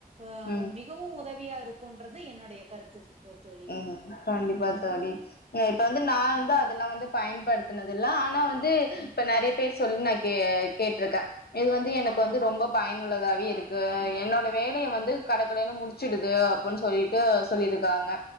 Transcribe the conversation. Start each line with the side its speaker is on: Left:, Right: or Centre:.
Right: ஆ
Left: ம்.
Right: மி உதவியா இருக்குன்றது என்னுடைய கருத்து கோ தோழி
Left: ம் கண்டிப்பா தோழி இப்ப வந்து நா வந்து அதெல்லா வந்து பயன்படுத்தினது இல்ல ஆனா வந்து இப்ப நிறைய பேர் சொல்லி நா கே கேட்டிருக்கே இது வந்து எனக்கு
Right: ஆமா
Left: வந்து ரொம்ப பயன் உள்ளதாவே இருக்கு என்னோட வேலைய வந்து கடக்கடன்னு முடிச்சிடுது அப்ன்னு சொல்லிட்டு சொல்லியிருக்காங்க